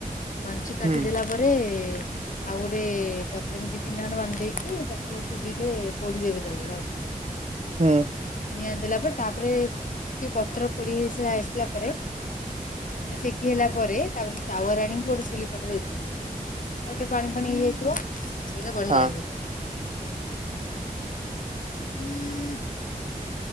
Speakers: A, on the left; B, on the right.
A: କଞ୍ଚି କାଟି
B: ହୁଁ
A: ଦେଲା ପରେ ଆଉ ଗୋଟେ ପତ୍ର ଦି ତିନି ଖଣ୍ଡ ବାନ୍ଧିଦେଇକି ତାକୁ ଚୁଲିରେ ପୋଡ଼ିଦେବେ। ହ
B: ହୁଁ।
A: ନିଆଁ ଦେଲା ପରେ ତାପରେ ଟିକେ ପତ୍ର ପୋଡି ହେଇ ଆସିଲା ପରେ ସେକି ହେଲା ପରେ ତାପରେ ତାୱାରେ ଆଣିକି ଗୋଟେ ଶିଳିପାତ ଦେଇଥିବେ ତା ଗଟେ ପାଣି ଫାଣି ଇଏ ହେଇଥିବ। ସେଇଟା ବଢିଆ
B: ହଁ
A: ଲାଗେ। <inaudible>